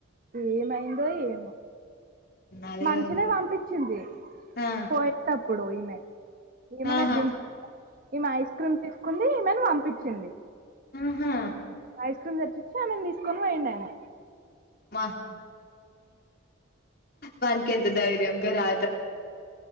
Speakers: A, on the right; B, on the left.
A: ఏమైందో ఏమో
B: అదే
A: మంచినే
B: కదా
A: పంపించింది
B: ఆ
A: పోయేటప్పుడు ఈమె ఈమనే
B: ఆహా
A: దిం ఈమె ఐస్ క్రీమ్ తీసుకుంది ఈమెను పంపించింది
B: ఆహా
A: ఐస్ క్రీమ్ దెచ్చిచ్చి ఆమేను తీసుకొని పోయిండు అయినే
B: వ ఆ వానికెంత ధైర్యం గా రా